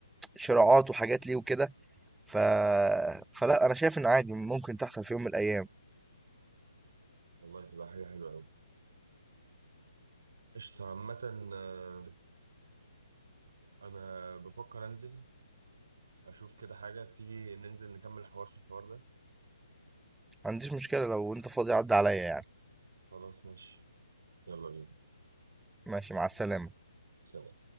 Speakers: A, in the centre; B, on the right.
A: شراعات وحاجات ليه وكده، ف فلأ أنا شايف إن عادي ممكن تحصل في يوم من الأيام،
B: والله تبقى حاجه حلوه قوي قشطه عامه آه، انا بفكر انزل اشوف كده حاجة تيجي ننزل نكمل الحوار في الحوار ده
A: ما عنديش مشكلة لو أنت فاضي عدّي عليّا يعني،
B: خلاص ماشي يلا بينا
A: ماشي مع السلامة.
B: سلام